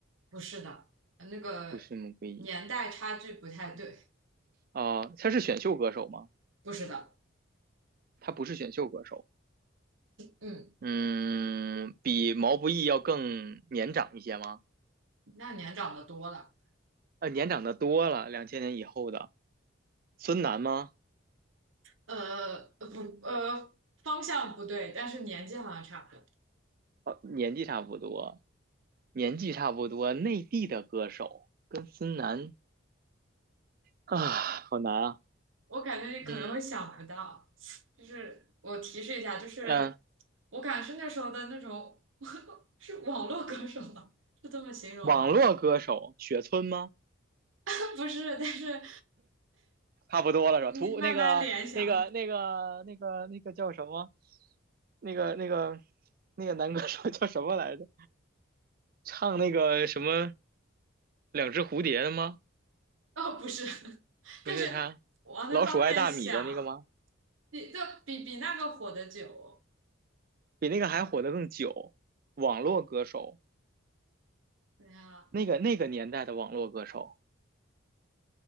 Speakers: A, on the right; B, on the right.
A: 不是的，那个年代差距不太对，
B: 不是毛不易啊，他是选秀歌手吗？
A: 不是的，
B: 他不是选秀歌手。
A: 嗯，
B: 嗯，比毛不易要更年长一些吗？
A: 那年长的多了，
B: 呃，年长的多了，两千年以后的孙楠吗？
A: 呃，不，呃，方向不对，但是年纪好像差不多。
B: 呃，年纪差不多，年纪差不多，内地的歌手跟孙楠啊，好难啊。
A: 我感觉你可能会想不到，
B: 嗯
A: 就是我提示一下，就是
B: 嗯，呃
A: 我感觉是那时候的那种 <laughs>，是网络歌手吗？是这么形容吗？
B: 网络歌手雪村吗？
A: <laughs> 不是，但是
B: 差不多了是吧？
A: 你慢慢联想，
B: 图那个那个那个那个那个叫什么？那个那个那个男歌手叫什么来着？唱那个什么两只蝴蝶的吗？
A: 哦，不是，<laughs>
B: 不是他，
A: 但是往那方面想。
B: 老鼠爱大米的那个吗？
A: 比就比比那个火的久
B: 比那个还火的更久，网络歌手，
A: 对呀，
B: 那个那个年代的网络歌手，